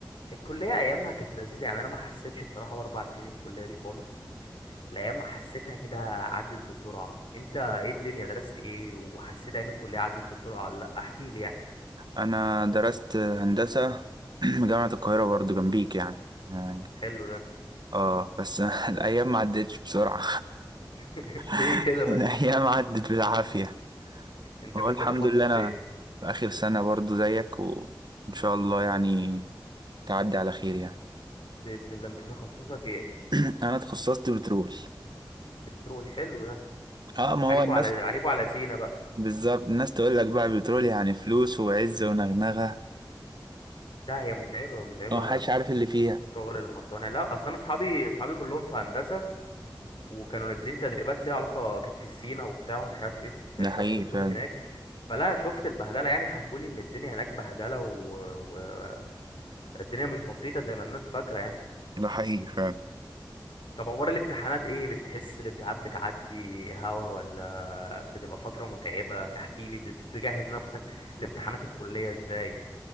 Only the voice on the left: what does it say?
الكليه ايامها كانت لذيذه يعني انا ما حسيتش بصراحه باربع سنين الكليه دي خالص الايام حسيتها كده عدت بسرعه انت ايه الدنيا درست ايه وحسيت ايام الكليه عدت بسرعه ولا لا احكي لي يعني
حلو ده
<laughs>
ليه كده بس
انت
كنت
تخصص
ايه
باذن الله انت تخصصك ايه
بترول حلو ده
عليكوا
على عليكوا على سينا
لا هي متعبة متعبة
شغل المصانع لا اصل انا اصحابي اصحابي كلهم في هندسة وكانوا نازلين تدريبات ليها علاقة كانت في سينا وبتاع ومش عارف ايه في شركات
بترول
هناك فلا شفت البهدلة يعني حكولي ان الدنيا هناك بهدلة والدنيا و... و- الدنيا مش بسيطة زي ما الناس فاكرة يعني
طب اخبار الامتحانات ايه بتحس الامتحانات بتعدي هوا ولا بتبقى فترة متعبة احكيلي بتجهز نفسك لامتحانات الكلية ازاي